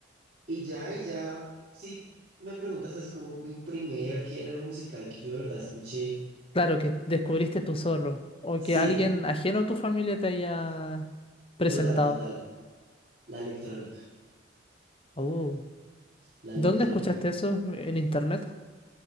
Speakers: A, on the right (about 45°); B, on the left (about 30°).
A: Y ya, y ya, sí, me preguntas así como mi primer género musical que yo de verdad escuché,
B: Claro, que descubriste tú solo o
A: sí,
B: que alguien ajeno a tu familia te haya presentado.
A: total, total, la electrónica,
B: Oh,
A: la
B: ¿dónde
A: electrónica.
B: escuchaste eso? ¿En internet?